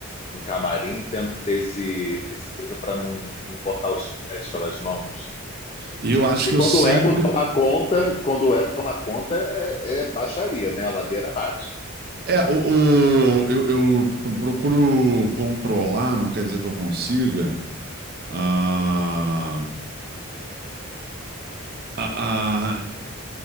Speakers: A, on the left (about 30°); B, on the right (about 45°).
A: no camarim, tendo que ter esse, esse coisa para não, não botar os pés pelas mãos?
B: E eu acho
A: Porque
B: que eu
A: quando
B: sempre.
A: o ego toma conta, quando o ego toma conta, é, é baixaria, né? A ladeira abaixo.
B: É, o, o- eu, eu procuro controlar, não quer dizer que eu consiga, ah, a, a,